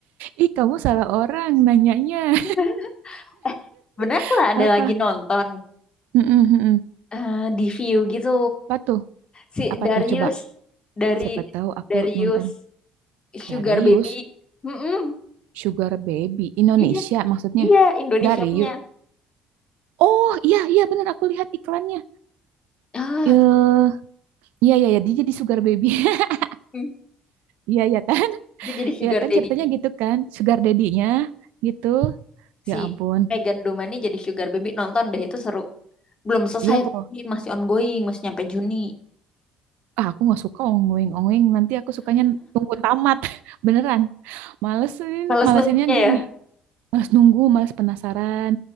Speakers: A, on the right (about 65°); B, on the left (about 30°).
A: Ih, kamu salah orang nanyanya.
B: <laughs> Eh, Sebenarnya
A: <laughs>
B: aku ada
A: Apa?
B: lagi nonton
A: Mm-mm, mm-mm.
B: eh, di view gitu.
A: Apa tuh?
B: Si
A: Apa
B: Darius
A: tuh? Coba.
B: dari
A: Siapa tahu aku
B: Darius
A: nonton.
B: Sugar
A: Darius
B: Baby. Mm-mm.
A: Sugar Baby Indonesia
B: Iya,
A: maksudnya.
B: iya Indonesia
A: Darius.
B: punya.
A: Oh, iya iya benar aku lihat iklannya.
B: Ah,
A: Eh, Iya, iya, ya, dia jadi sugar baby. <laughs>
B: Hmm.
A: Iya, iya kan?
B: Dia jadi sugar
A: Iya kan
B: daddy
A: ceritanya gitu kan? Sugar daddy-nya gitu. Ya
B: si
A: ampun.
B: Megan Domani jadi sugar baby nonton deh itu seru. Belum selesai
A: Iya, po.
B: masih ongoing, masih nyampe Juni.
A: Ah, aku nggak suka ongweng-ongweng. Nanti aku sukanya tunggu tamat. <laughs> Beneran. Malesin,
B: Males
A: malesinnya
B: nunggunya
A: gini.
B: ya.
A: Males nunggu, males penasaran.